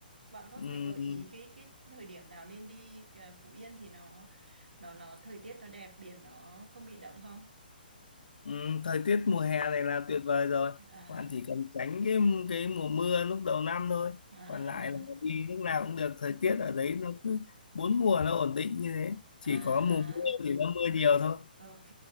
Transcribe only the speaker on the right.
Bạn có
thể gợi ý cái cái thời điểm nào nên đi ờ, Phú Yên thì nó nó nó thời tiết nó đẹp, biển nó không bị động không?
À
à
à
À,
à,
ok,